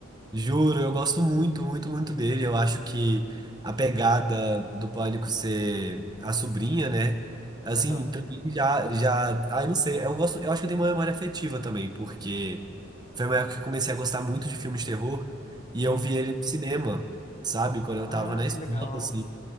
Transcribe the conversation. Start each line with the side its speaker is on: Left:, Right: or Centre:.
Right: Juro, eu gosto muito, muito, muito dele. Eu acho que a pegada do Pânico ser a sobrinha, né? Assim,
Left: Aham.
Right: pra mim já, já. Ah, eu não sei. Eu gosto, eu acho que eu tenho uma memória afetiva também, porque foi uma época que eu comecei a gostar muito de filmes de terror e eu
Left: Uhum.
Right: vi ele no cinema, sabe? Quando eu
Left: Ah,
Right: tava na escola,
Left: que legal.
Right: assim.